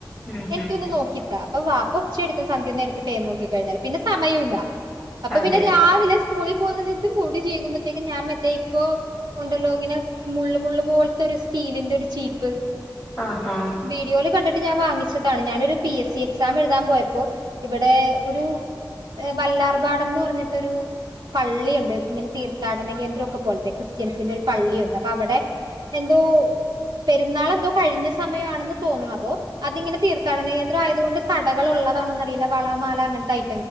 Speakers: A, in the centre; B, on the right (about 65°).
A: ഉം
B: എനിക്ക്
A: ഉം
B: ഒന്ന് നോക്കിതാ അപ്പ വാപ്പച്ചെടുക്കും സന്ധ്യ നേരത്ത്‌ പേൻ നോക്കി കഴിഞ്ഞൽ പിന്നെ സമയമില്ല അപ്പൊ
A: അതെ
B: പിന്നെ രാവിലെ സ്കൂളിൽ പോകുന്നതിന് ഇത് മുടി ചീകുംമ്പോഴത്തേക്കും ഞാൻ മറ്റേ ഇപ്പൊ ഉണ്ടല്ലോ ഇങ്ങനെ മുള്ള് മുള്ള് പോലത്തെ ഒരു സ്റ്റീലിന്റെ ഒരു ചീപ്പ്
A: ആ ഹാ
B: വീഡിയോയിൽ കണ്ടിട്ട് ഞാൻ വാങ്ങിച്ചതാണ് ഞാനൊരു പി എസ് സി എക്സാം എഴുതാൻ പോയപ്പോ ഇവിടെ ഒരു വല്ലാർബാട് പറഞ്ഞിട്ടൊരു പള്ളിയുണ്ട് ഇങ്ങനെ തീർ- തീർതാടനകന്ദ്രം ഒക്കെ പോലത്തെ ക്രിസ്ത്യൻസിന്റെ ഒരു പള്ളിയുണ്ട് അ അവിടെ എന്തോ പെരുന്നാൾ എന്തോ കഴിഞ്ഞ സമയമാണെന്ന് തോന്നണ് അതോ അതിങ്ങനെ തീർത്ഥാടന കേന്ദ്ര ആയതുകൊണ്ട് കടകൾ ഉള്ളതാണന്ന അറിയില്ല വളമാല അങ്ങനത്തെ ഐ